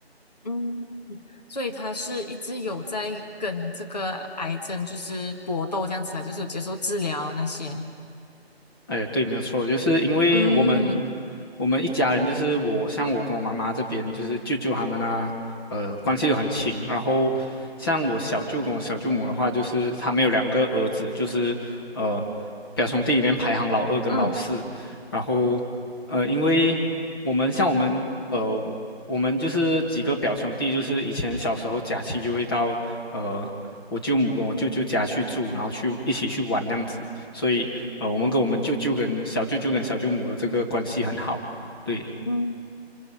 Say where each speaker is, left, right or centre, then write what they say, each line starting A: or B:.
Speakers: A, on the left; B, on the left.
A: 嗯，所以他是一直有在跟这个癌症就是搏斗这样子啊，就是有接受治疗那些。
B: 哎，对，没有错，就是因为我们
A: 嗯
B: 我们一家人，就是我像我跟我妈妈这边，就是舅舅他们啊，呃，关系都很亲。然后像我小舅跟我小舅母的话，就是他们有两个儿子，就是呃表兄弟里面排行老二跟老四。
A: 嗯
B: 然后呃，因为我们像我们呃我们就是几个表兄弟，就是以前小时候假期就会到呃我舅母跟我舅舅家去住，然后去一起去玩那样子。所以呃，我们跟我们舅舅跟小舅舅跟小舅母的这个关系很好，对，
A: 嗯。